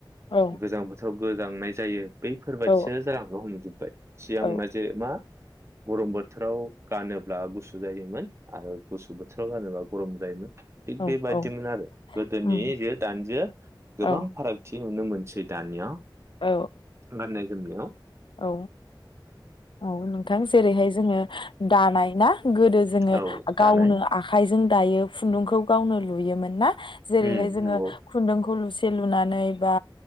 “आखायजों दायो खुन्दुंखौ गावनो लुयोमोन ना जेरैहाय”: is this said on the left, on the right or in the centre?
Left